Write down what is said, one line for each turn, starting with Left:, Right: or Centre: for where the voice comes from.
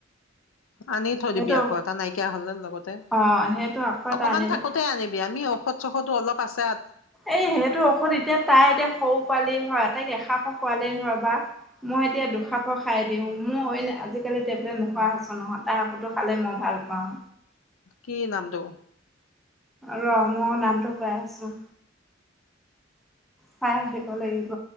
Left: আনি থৈ
Centre: সেইটো
Left: দিবি আকৌ এটা নাইকিয়া হ'লে লগতে
Centre: অঁ সেইটো আকৌ এটা
Left: অকমান
Centre: আনি
Left: থাকোতে আনিবি আমি ঔষধ <unintelligible> অলপ আছ
Centre: এই সেইটো ঔষধ এতিয়া তাই এতিয়া সউ পোৱালি হয়, তাই <unintelligible> পোৱালি ঘৰ বা মই এতিয়া দুখাপৰ খাই দিওঁ মোৰ <unintelligible> আজিকালি টেবলেট নোখোৱা
Left: উম
Centre: হৈছে নহয় তাই <unintelligible> টো খালে মই ভাল পাওঁ।
Left: কি নামটো?
Centre: ৰ মই নামটো কৈ আছো। চাই আহিব লাগিব